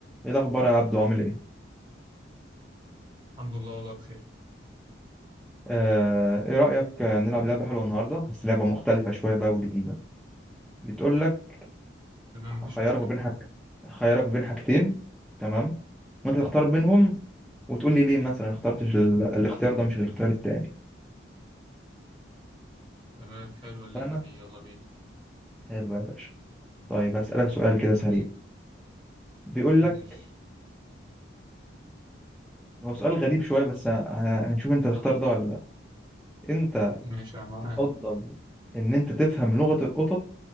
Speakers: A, in the centre; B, on the right (about 25°).
A: ايه الاخبار يا عبدو عامل ايه
B: الحمد لله والله بخير
A: آه ايه رايك آه، نلعب لعبه حلوه النهارده بس لعبه مختلفه شويه بقى وجديده بتقول لك
B: تمام مفيش
A: هخيرك
B: مشكلة
A: ما بين حاج هخيرك ما بين حاجتين تمام وانت تختار بينهم وتقول لي ليه مثلا اخترتش ال... الاختيار ده مش الاختيار التاني
B: تمام حلوة اللعبة
A: فانا
B: دي يلا بينا
A: حلو يا باشا طيب هسالك سؤال
B: يلا
A: كده سريع
B: بينا
A: بيقول
B: ماشي
A: لك هو سؤال غريب شويه بس ه- هنشوف انت تختار ده ولا ده انت
B: ماشي أنا معاها
A: تفضل ان انت تفهم لغه القطط